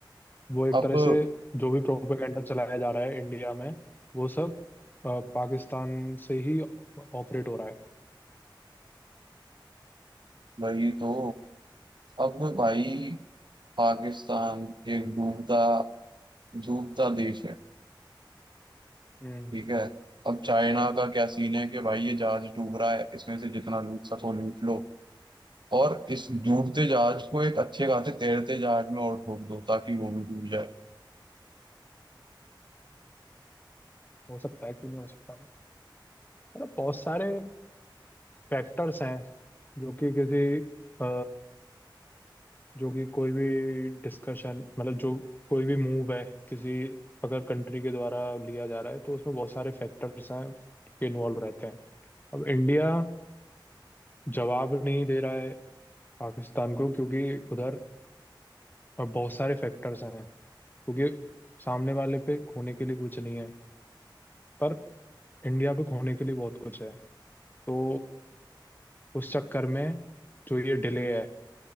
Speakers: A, on the left; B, on the right.
A: वो एक
B: अब
A: तरह से जो भी प्रोपेगेंडा चलाया जा रहा है इंडिया में वो सब अ, पाकिस्तान से ही ऑपरेट हो रहा है
B: वही तो अब भाई पाकिस्तान एक डूबता डूबता देश है
A: हम्म
B: ठीक है अब चाइना का क्या सीन है कि भाई ये जहाज डूब रहा है इसमें से जितना लूट सको लूट लो और इस डूबते जहाज को एक अच्छे खासे तैरते जहाज में और ठोक दो ताकि वो भी डूब जाए
A: हो सकता है क्यों नहीं हो सकता मतलब बहुत सारे फैक्टर्स हैं जो कि किसी अ, जो कि कोई भी डिस्कशन मतलब जो कोई भी मूव है किसी अगर कंट्री के द्वारा लिया जा रहा है तो उसमें बहुत सारे फैक्टर्स हैं के इन्वॉल्व रहते हैं अब इंडिया जवाब नहीं दे रहा है पाकिस्तान को क्योंकि उधर बहुत सारे फैक्टर्स हैं क्योंकि सामने वाले पे खोने के लिए कुछ नहीं है पर इंडिया पे खोने के लिए बहुत कुछ है तो उस चक्कर में जो ये डिले है